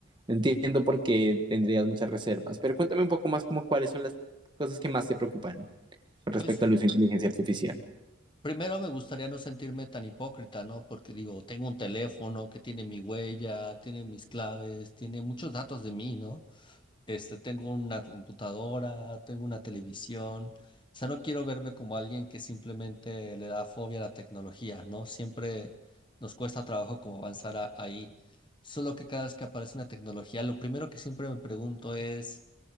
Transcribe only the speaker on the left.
Pues,
Primero me gustaría no sentirme tan hipócrita, ¿no? Porque digo, tengo un teléfono que tiene mi huella, tiene mis claves, tiene muchos datos de mí, ¿no? Este, tengo una computadora, tengo una televisión. O sea, no quiero verme como alguien que simplemente le da fobia a la tecnología, ¿no? Siempre nos cuesta trabajo como avanzar a- ahí. Solo que cada vez que aparece una tecnología, lo primero que siempre me pregunto es